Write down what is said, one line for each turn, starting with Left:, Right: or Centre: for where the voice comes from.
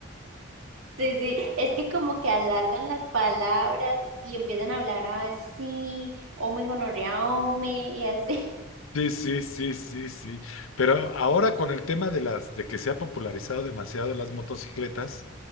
Right: Sí, sí, es que como que alargan las palabras y empiezan a hablar así, ome gonorrea, ome, y así.
Left: Sí, sí, sí, sí, sí. Pero ahora con el tema de las, de que se ha popularizado demasiado las motocicletas,